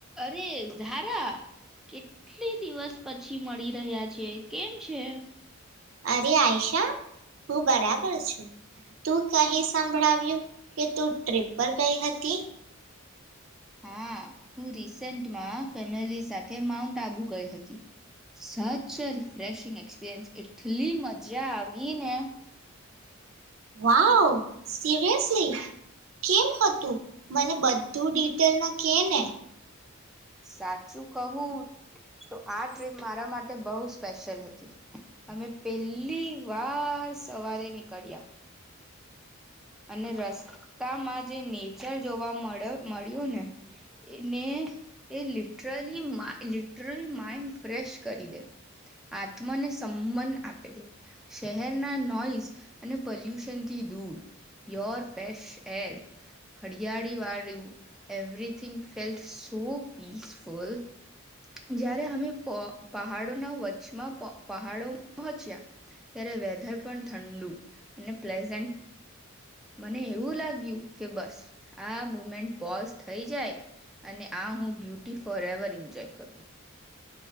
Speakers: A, in the centre; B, on the right.
A: અરે ઝારા કેટલી દિવસ પછી મળી રહ્યા છે કેમ છે
B: અરે આઈશા હું બરાબર છું તું કહી સંભળાવ્યું કે તું ટ્રીપ પર ગઈ હતી
A: હા હું રિસેન્ટમાં ફેમિલી સાથે માઉન્ટ આબુ ગઈ હતી સચ રિફેશિંગ એક્સપિરિયન્સ એટલી મજા આવી ને.
B: વાવ સિરિયસલી કેમ હતું મને બધું ડિટેલમાં કે ને.
A: સાચું કહું તો આ ટ્રીપ મારા માટે બહ સ્પેશિયલ હતી અમે પેલી વાર સવારે નીકળ્યા. અને રસ્તામાં જે નેચર જોવા મળ મળ્યો ને એને એ લિટરલી લિટરલી માઈન્ડ ફ્રેશ કરી દે આત્માને સંબન આપી દે શહેરના નોઈઝ અને પોલ્યુશન પ્યોર ફેશ એર હરિયાળી વાળું એવરીથીિંગ ફેલ સો પીસફુલ જ્યારે અમે પહાડોના વચચમાં પહાડો પહોંચ્યા ત્યારે વેધર પણ ઠંડુ અને પ્લસ મને એવું લાગ્યું કે બસ આ મુમેન્ટ પોઝ થઈ જાય અને આ હું બ્યુટી ફોર એવર એન્જોય કરું.